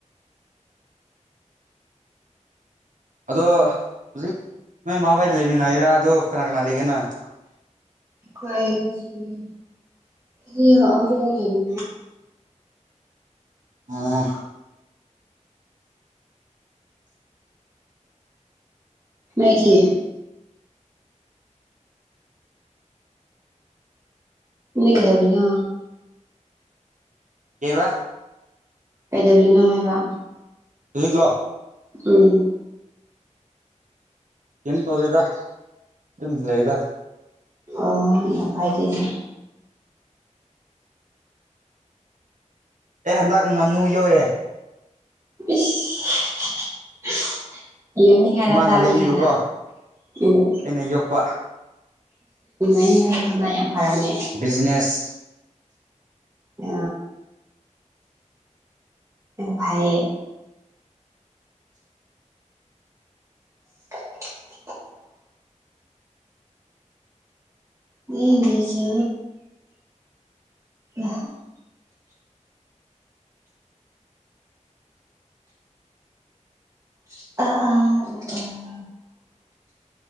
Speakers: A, on the right (about 75°); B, on the right (about 25°).
A: ꯑꯗꯣ ꯍꯧꯖꯤꯛ ꯅꯣꯏ ꯃꯥꯃ ꯍꯣꯏꯗ ꯂꯩꯃꯤꯟꯅ ꯍꯥꯏꯔꯥ ꯑꯗꯣ ꯀꯅꯥ ꯀꯅꯥ ꯂꯩꯒꯅꯣ ꯍꯥꯏ
B: ꯈ꯭ꯋꯥꯣꯏꯅꯨꯡꯁꯤꯗꯤꯗꯤ ꯍꯧꯖꯤꯛ ꯀꯔꯤ ꯂꯩꯃꯤ
A: ꯑꯥ
B: ꯃꯇ ꯏ ꯀꯗꯕꯅ
A: ꯀ
B: ꯄꯦꯗꯣꯔꯤꯅꯥ ꯍꯥꯏꯕ
A: ꯖꯤꯂꯣ
B: ꯎꯝ
A: ꯀꯝ ꯇꯧꯔꯦꯗ ꯑꯗꯨꯝ ꯂꯩꯗ
B: ꯑꯣ ꯌꯥꯝ ꯐꯥꯏꯗꯗꯤ
A: ꯑꯦ ꯍꯟꯗꯛ ꯉꯥꯅꯨ ꯌꯣꯛꯌꯦꯦ
B: <unintelligible> ꯌꯅꯤꯉꯦꯔ
A: ꯏꯃꯥꯅ
B: ꯆꯥꯅꯤꯉꯦꯔ
A: ꯂꯩꯕꯤꯕꯀꯣ
B: ꯎꯝ
A: ꯑꯩꯅ ꯌꯣꯛꯄ
B: ꯥꯏ ꯊꯉ ꯌꯥꯝ ꯐꯔꯝꯃꯦ
A: ꯕꯤꯖꯤꯅꯦꯁ
B: ꯑ ꯐꯥꯏꯌꯦ <inaudible> ꯃꯤꯒꯤ ꯆ ꯑ ꯑ ꯑꯥ ꯑ